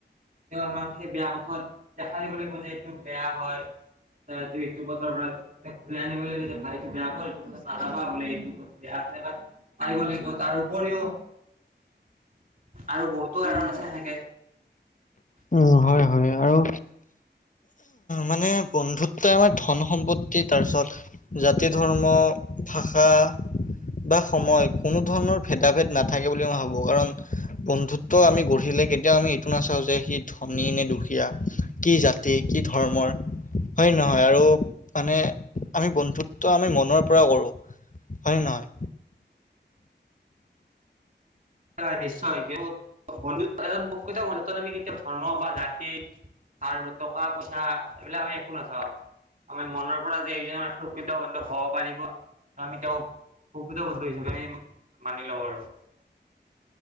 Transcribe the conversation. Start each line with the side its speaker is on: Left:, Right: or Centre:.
Right: তেওঁ আমাক সেই বেয়া পথত দেখা দিবলৈ কয় যে এইটো বেয়া হয় ত ত এইটো পথৰ পৰা ঘুৰাই আনিব লাগ যে ভাই এইটো বেয়া হয় এইটো পথত নাযাবা বোলে এইটো বেয়া থেকা পায় বুলি কয় তাৰ উপৰিও আৰু বহুতো কাৰণ আছে সেনেকে
Left: উ হয় হয় আৰু মানে বন্ধু ত্বয় আমাক ধন সম্পত্তি তাৰপিছত জাতি ধৰ্ম ভাষা বা সময় কোনো ধৰণৰ ভেদাভেদ নাথাকে বুলি মই ভাবো কাৰণ বন্ধু তো আমি গঢ়িলে কেতিয়াও আমি এইটো নাচাওঁ যে কি ধনী নে দুখীয়া কি জাতি কি ধৰ্মৰ হয় নহয় আৰু মানে আমি বন্ধুত্ব আমি মনৰ পৰা কৰো হয় নহয়
Right: হয় নিশ্চয় <unintelligible> বন্ধুত্ব এজন প্ৰকৃত বন্ধুত্বত আমি কেতিয়া ধৰ্ম জাতি আৰু টকা পইচা এইবিলাক আমি একো নাচাওঁ। আমি মনৰ পৰা যে এইজন আমাৰ প্ৰকৃত বন্ধু হব পাৰিব ত আমি তেওঁক প্ৰকৃত বন্ধু হিচাপে আমি মানি লওঁ আৰু।